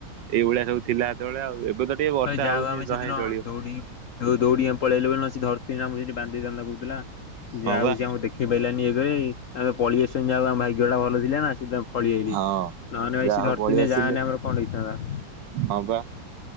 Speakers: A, on the right; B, on the left.
A: ଏଇଭଳିଆ ସବୁ ଥିଲା ସେତେବେଳେ ଆଉ ଏବେ ତ ଟିକେ ବର୍ଷା
B: କ ଯାହଉ
A: ହଉଛି
B: ଆମେ ସେଦିନ
A: ରହେ ଚଳିବ
B: ଦୌଡି ଉ ଦଉଡି ପଳେଇଲେ ଧର ସେଠିବାନ୍ଧିଥାନ୍ତ କଉଥିଲା ଯ
A: ହଁ ବା
B: ଯଉଛି ଆ ଦେଖି ଆଖି ପାଇଲାନି ଇଏ ଆଉ ତ ପଳେଇ ଆସଛନ୍ତି ଯାହା ଆମ ଭାଗ୍ୟ ଟା ଭଲ ଥିଲା ନା। ଫଳି ଯଇଲି
A: ହଁ
B: ନହେଲେ ଭାଇସ
A: ଯାହା ହଉ
B: ଧରଥେ
A: ପଳେଇ ଆସିଲେ
B: ଯାହାନେ ଆମର ଗୋଟେ କଣ ହେଇଥାନ୍ତା।
A: ହଁ ବା।